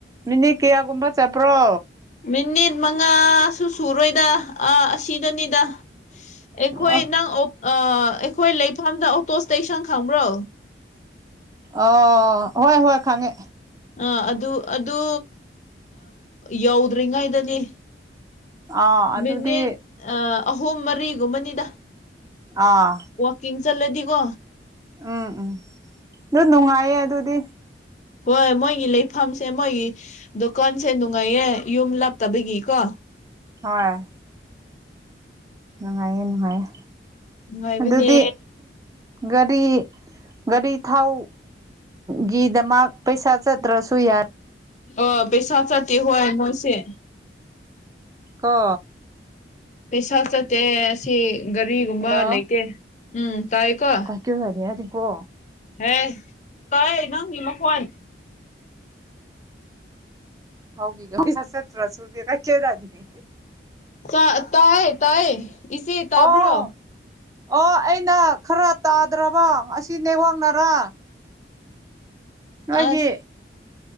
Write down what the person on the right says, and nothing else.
ꯃꯤꯅꯤꯠ ꯀꯌꯥꯒꯨꯝꯕ ꯆꯠꯄ꯭ꯔꯣ
ꯑꯣ
ꯑ ꯍꯣꯏ ꯍꯣꯏ ꯈꯥꯉꯦ
ꯑꯥ ꯑꯗꯨꯗꯤ
ꯑꯥ
ꯎꯝ ꯎꯝ ꯑꯗꯨ ꯅꯨꯡꯉꯥꯏꯌꯦ ꯑꯗꯨꯗꯤ
ꯍꯣꯏ ꯅꯨꯡꯉꯥꯏꯌꯦ ꯅꯨꯡꯉꯥꯏꯌꯦ
ꯑꯗꯨꯗꯤ ꯒꯥꯔꯤ ꯒꯥꯔꯤ ꯊꯥꯎ ꯒꯤꯗꯃꯒ ꯄꯩꯁꯥ ꯆꯠꯇ꯭ꯔꯁꯨꯨꯏ ꯌꯥ
ꯀ
ꯍꯜꯂꯣ
ꯀ ꯍꯥꯏꯔꯤ ꯌꯥ ꯇꯀꯣ
ꯍꯥꯎꯒ ꯍꯁ ꯍꯁꯨꯨꯨꯔꯕ ꯀꯦꯗꯗꯅꯤ
ꯑꯣ ꯑꯣ ꯑꯩꯅ ꯈꯔ ꯇꯥꯗ꯭ꯔꯕꯣ ꯑꯁꯤ ꯅꯦꯋꯡꯅꯔꯥ ꯃꯥꯒꯤ